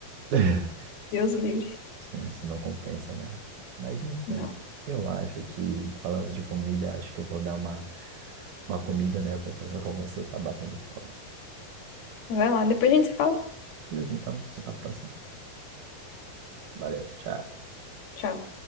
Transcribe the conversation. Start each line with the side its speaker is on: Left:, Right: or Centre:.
Right: <laughs>
Left: Deus o livre.
Right: Sim, isso não compensa, né? Mas enfim,
Left: Não.
Right: eu acho que, falando de comida, acho que eu vou dar uma, uma comida, né? Porque essa conversa tá batendo fome.
Left: Vai lá, depois a gente se fala.
Right: Beleza, então, até a próxima. Valeu, tchau.
Left: Tchau.